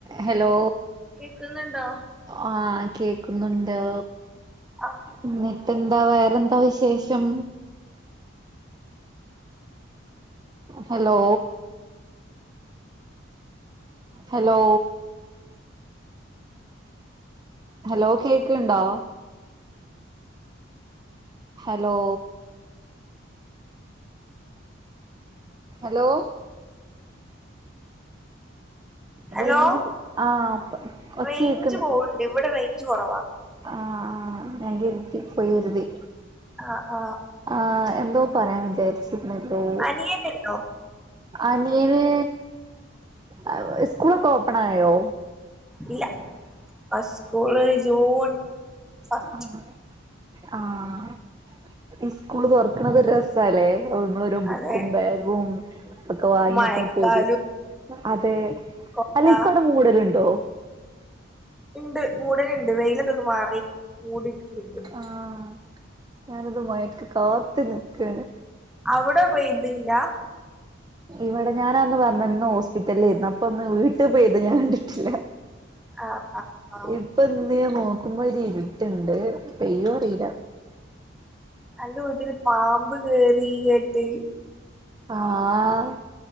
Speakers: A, on the right; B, in the centre.
A: Hello.
B: കേക്കുന്നുണ്ടോ
A: ആഹ് കേക്കുന്നുണ്ടോ?
B: ആഹ്
A: എന്നിട്ട ന്താ വേറെന്താ വിശേഷം? ഹലോ ഹലോ ഹലോ കേക്കിൺ ണ്ടോ ഹലോ ഹലോ
B: ഹലോ
A: റേഞ്ചിൽ ആ പ്പ ഒച്ചകേക്ക്ന്ന്
B: റേഞ്ച് പോവ്ണ്ട് ഇവിടെ റേഞ്ച് കൊറവാ
A: ആഹ് ആഹ് ഞാൻ കരുതി പോയിരുതി
B: ആ ആ
A: ആ എന്തോ പറയാൻ വിചാരിച്ചിരുന്നല്ലോ
B: അനിയനുണ്ടോ
A: അനിയന് അ സ്കൂളൊക്കെ ഓപ്പൺ ആയോ
B: ഇല്ല അ സ്കൂള് ജൂൺ ഫസ്റ്റ്
A: ആഹ് ആഹ് ഇസ്കൂള് തൊറക്കണത് ഒരു രസാല്ലേ <unintelligible> മ്മളൊരു ബുക്കും
B: അതെ
A: ബാഗും ഒക്കെ വാങ്ങി
B: മഴക്കാലും
A: വെക്ക്‌ണ് പോതി അതെ
B: കൊട
A: അല്ല ഇപ്പവ്ടെ മൂടലുണ്ടോ
B: ഇണ്ട് മൂടലിണ്ട് വെയിലൊക്കെ ഒന്ന് മാറി മൂടിട്ടിണ്ട്
A: ആഹ് ഞാനത് മയക്ക് കാത്ത് നിക്കേണ്
B: അവിടെ പെയിതില്ല
A: ഇവിടെ ഞാനന്ന് പറഞ്ഞന്ന് ഹോസ്പിറ്റലേര്ന്ന് അപ്പൊ ഒന്ന് വീട്ടിൽ പെയ്ത് ഞാൻ കണ്ടിട്ടില്ല
B: ആ ആ
A: ഇപ്പൊ ഇന്ന് നോക്കുമ്പോ ഒരിരുട്ട്ണ്ട് പെയ്യോ അറിയില്ല
B: അന്റെ വീട്ടില് പാമ്പ് കേറി കേട്ട്
A: ആഹ്